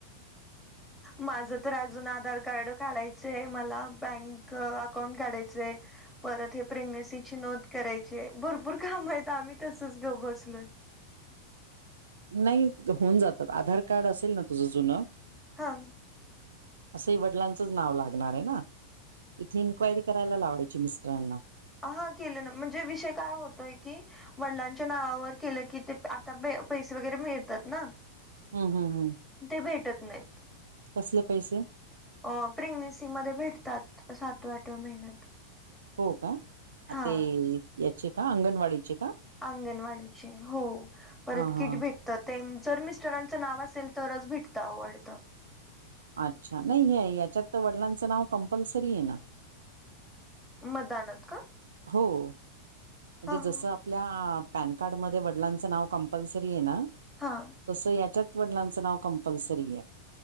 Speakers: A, in the centre; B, on the right (about 65°).
A: माझ तर अजून आधार कार्ड काढायचय मला बँक अकाउंट काढायचंय परत हे प्रेग्नेन्सीची नोंद करायचीय भरपूर काम आहेत आम्ही तसच गप्प बसलोय
B: नाही होऊन जात आधार कार्ड असेल ना तुझं जुनं
A: हां
B: असही वडिलांचंच नाव लागणार आहे ना तिथे इन्क्वायरी करायला लावायची मिस्टराना
A: हा केली आहे ना म्हणजे विषय काय होत तोय की वडिलांच्या नावावर केलं की ते आता पैसे वगैरे मिळतात ना
B: हम्म हम्म हम्म
A: ते भेटत नाहीत
B: कसले पैसे
A: अ प्रेग्नेन्सी मध्ये भेटतात सातव्या आठव्या महिन्यात
B: हो का आ
A: हा
B: ते याचे का अंगणवाडीचे का
A: अंगणवाडीचे हो परत
B: हा
A: किट
B: हा
A: भेट तर ते जर मिस्टरांचं नाव असेल तरच भेटतं आवडतं
B: अच्छा नाही हे याच्यात तर वडिलांचं नाव कम्पल्सरी आहे ना
A: मतदानात का
B: हो म्हणजे
A: ह
B: जसं आप आपल्या पॅन कार्ड मध्ये वडिलांचं नाव कंपल्सरी आहे ना
A: हां
B: तसं याच्यात वडिलांचं नाव कंपल्सरी आहे